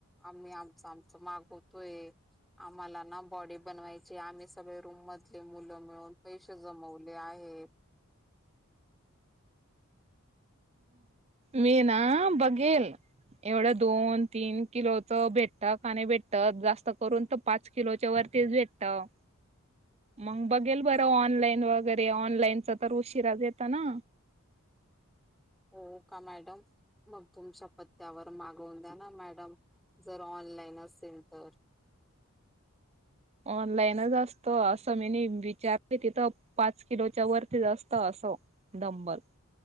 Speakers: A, in the centre; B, on the right.
A: आम्ही आमचं आमचं मागवतोय. आम्हाला ना बॉडी बनवायचीय. आम्ही सगळे रूम मधले मुलं मिळून पैसे जमवले आहेत.
B: वे ना बगेल एवढं दोन-तीन किलोचं भेटतं. का नाही भेटतं जास्त करून तर पाच किलोच्या वरतीच भेटतं.
A: <inaudible>
B: मंग बघेल बरं ऑनलाईन वगैरे ऑनलाईनचं तर उशिराचं येतं ना?
A: हो का मॅडम? मग तुमच्या पत्त्यावर मागवून द्या ना मॅडम. जर ऑनलाईन असेल तर.
B: ऑनलाईनच असतं असं, मीनी विचार तिथं. पाच किलोच्या वरती जास्त असं डब्बल.